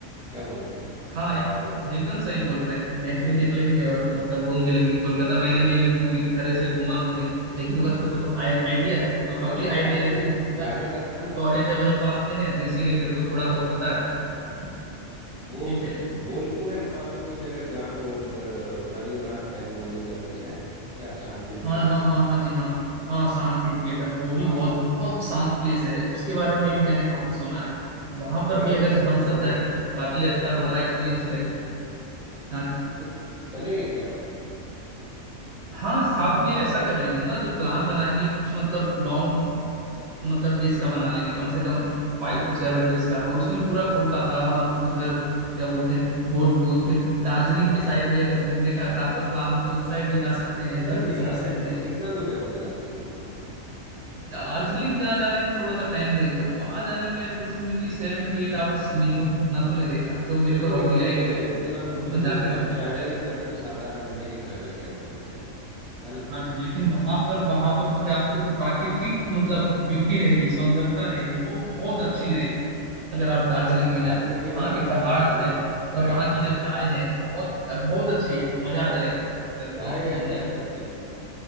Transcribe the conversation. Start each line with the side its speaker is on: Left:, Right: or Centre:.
Centre: क्या बोलते हैं
Right: हाँ एक,
Centre: और
Right: एकदम सही बोल रहे हैं मैच
Centre: फिर
Right: भी देख लेंगे और मतलब घूम भी लेंगे कोलकाता मैंने
Centre: हाँ
Right: भी अभी पूरी तरह से घूमा हूँ नहीं लेकिन बस मेरे को आइडिया है मतलब
Centre: कलकत्ता
Right: रफली आइडिया
Centre: एक्चुअली
Right: है क्योंकि मेरा
Centre: जाने
Right: जो
Centre: का था ना
Right: कॉलेज है वहीं पास में है तो इसीलिए मेरे को थोड़ा
Centre: अ,
Right: बहुत पता है हम्म,
Centre: वो
Right: ठीक है लेकिन
Centre: बोलपुर है ना वहाँ पे कोई जगह जहाँ पे वो अ, रविंद्रनाथ टैगोर जी का कुछ है क्या शांति निकेतन
Right: हाँ हाँ हाँ हाँ जी हाँ हाँ शांति निकेतन वो भी
Centre: हाँ
Right: बहुत बहुत शांत प्लेस है उसके बारे में
Centre: हाँ
Right: भी मैंने काफी सुना है वहां
Centre: तो
Right: पर
Centre: मैं
Right: भी
Centre: सोच
Right: अगर
Centre: रहा था
Right: हम सब
Centre: उधर
Right: जाएंगे
Centre: ही जाऊं
Right: तो काफी अच्छा
Centre: मतलब
Right: हमारा एक्सपीरियंस रहेगा हाँ जी।
Centre: तो चलेंगे क्या उधर
Right: हाँ साथ में ऐसा कर लेंगे ना जो प्लान बनाएंगे कुछ मतलब लॉन्ग मतलब डेज का बना लेंगे कम से कम फाइव टू सेवन डेज का और उसमें पूरा कोलकाता और उधर क्या बोलते हैं भोलपुर फिर दार्जिलिंग के साइड भी अगर घूमने का अगर आपका प्लान हो तो उस साइड भी जा सकते हैं ऐसा
Centre: उधर
Right: कोई
Centre: भी
Right: समस्या
Centre: अरे
Right: नहीं
Centre: वाह
Right: है
Centre: कितना दूर है वो दार्जिलिंग वहां से
Right: दार्जिलिंग जहाँ जाने में थोड़ा सा टाइम लगेगा वहां जाने में approximately seven to eight hours minimum इतना तो लगेगा जो
Centre: तो
Right: मेरे
Centre: कोई
Right: को
Centre: दिक्कत
Right: रफली आइडिया
Centre: थोड़ी है
Right: है
Centre: उतना दूर
Right: और वो
Centre: तो
Right: तो
Centre: कोई
Right: जा करके
Centre: अब
Right: पता
Centre: ट्रैवल ही कर रहे हैं तो सात आठ घंटे की ट्रैवल क्या दिक्कत है है ना
Right: हाँ जी लेकिन वहां पर वहां पर जो है आपको जो प्राकृतिक मतलब ब्यूटी रहेगी सौंदर्यता रहेगी वो बहुत
Centre: क्या
Right: अच्छी
Centre: बात
Right: रहेगी अगर आप दार्जिलिंग में
Centre: दार्जिलिंग
Right: जाएंगे
Centre: के
Right: वहाँ
Centre: बारे
Right: के पहाड़
Centre: में मैंने सुना
Right: जो है
Centre: है
Right: और
Centre: हाँ
Right: वहाँ की
Centre: वहाँ
Right: जो चाय
Centre: पे
Right: है बहुत बहुत अच्छी है मजा आ जाएगा अगर वहां
Centre: चाय
Right: पर
Centre: या
Right: भी जाएंगे
Centre: चाय पत्ती
Right: तो